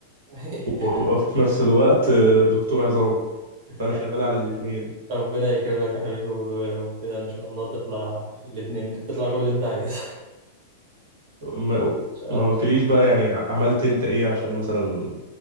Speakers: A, on the right; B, on the right.
A: <laughs>
B: وابقى في نفس الوقت دكتور عظام فانا
A: يعني
B: شغال على الاثنين
A: ربنا يكرمك يا حبيبي و- وكده ان شاء الله تطلع الاتنين تطلع كل اللي انت عايزه <laughs>
B: ما
A: ان شاء
B: ما
A: الله
B: قلتليش بقى يعني عملت انت ايه عشان مثلا